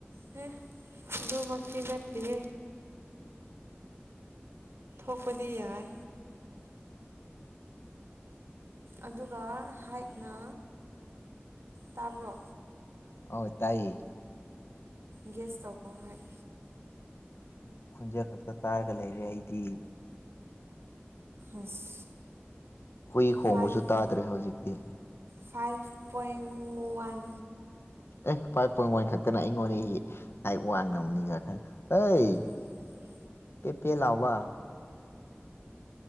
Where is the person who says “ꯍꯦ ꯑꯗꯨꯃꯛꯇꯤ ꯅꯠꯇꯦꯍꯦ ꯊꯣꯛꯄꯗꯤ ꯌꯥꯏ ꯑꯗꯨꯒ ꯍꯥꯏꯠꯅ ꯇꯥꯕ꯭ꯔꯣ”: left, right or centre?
Right